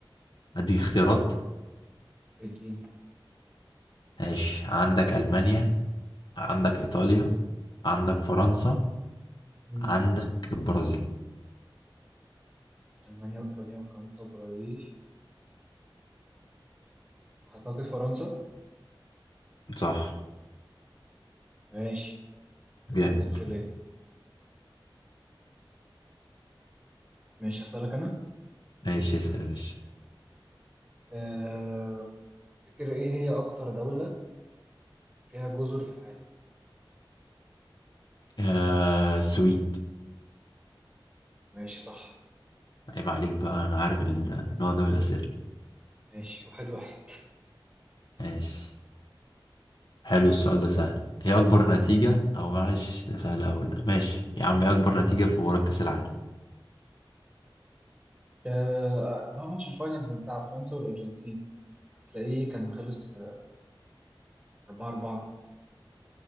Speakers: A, on the left; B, on the right.
A: اديك اختيارات
B: اديني
A: ماشي عندك المانيا عندك إيطاليا عندك فرنسا مم.
B: مم.
A: عندك البرازيل
B: ألمانيا وإيطاليا وفرنسا وبرازيل أعتقد فرنسا
A: صح
B: ماشي كده
A: جامد
B: واحد صفر ليه ماشي هسألك أنا
A: ماشي اسأل يا باشا
B: آه، تفتكر إيه هي أكتر دولة فيها جزر في العالم
A: آه السويد
B: ماشي صح
A: عيب عليك بقى أنا عارف النوع ده من الأسئلة
B: ماشي واحد واحد <laughs>
A: ماشي حلو السؤال ده سهل هي أكبر نتيجة أو معلش ده سهل أوي ده ماشي يا عم هي أكبر نتيجة في مباراة كأس العالم
B: آه، اللي هو ماتش الفاينل بتاع فرنسا والأرجنتين تلاقيه كان خلص آه، 4 4